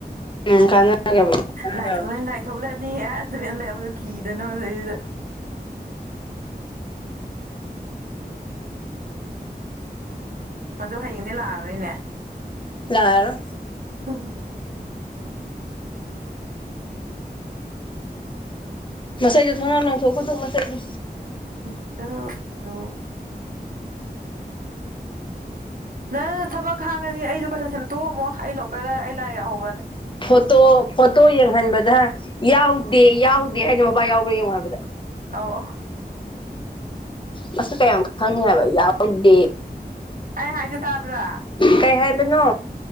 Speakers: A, on the left; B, on the right.
A: ꯎꯝ ꯀꯥꯟꯅꯒ꯭ꯔꯕ ꯂꯥꯛꯑꯔꯣꯏ
B: ꯂꯥꯏꯊꯣꯛꯂꯅꯤ ꯂꯥꯏꯊꯣꯛꯂꯅꯤ ꯍꯥꯏꯔ ꯅꯨꯃꯅ ꯂꯩꯕꯗ ꯀꯤꯗꯅꯕꯗꯩꯁꯤꯗ ꯃꯗꯨ ꯍꯌꯦꯡꯗꯤ ꯂꯥꯛꯑꯔꯣꯏꯅꯦ
A: ꯌꯥꯔ
B: ꯍꯝ
A: ꯃꯩꯗꯣ ꯊꯣꯡꯅꯥ ꯂꯪꯊꯣꯛ ꯄꯨꯊꯣꯛꯅ ꯆꯅꯤ
B: ꯏꯗꯗ ꯅꯪ ꯊꯕꯛ ꯍꯥꯡꯉꯗꯤ ꯑꯩꯗꯣ ꯀꯣꯏꯁꯟ ꯁꯦꯝ ꯇꯣꯛꯑꯝꯃꯣ ꯑꯩ ꯂꯣꯛꯀꯔꯗ ꯑꯩ ꯂꯥꯏ ꯌꯦꯛꯍꯧꯕꯅꯦ
A: ꯐꯣꯇꯣ ꯐꯣꯇꯣ ꯌꯦꯡꯍꯟꯕꯗ ꯌꯥꯎꯗꯦ ꯌꯥꯎꯗꯦ ꯍꯥꯏꯅ ꯃꯕꯥ ꯌꯥꯎꯕ꯭ꯔꯥ ꯌꯦꯡꯉꯨ ꯍꯥꯏꯕꯗ
B: ꯑꯥꯎ ꯑ
A: ꯃꯁꯤ ꯀꯌꯥꯝ ꯈꯪꯉꯦ ꯍꯥꯏꯕ ꯌꯥꯎ ꯗꯦ
B: ꯑꯩ ꯍꯥꯏꯁꯦ ꯇꯥꯕ꯭ꯔꯥ
A: ꯀꯩ ꯍꯥꯏꯕꯅꯣ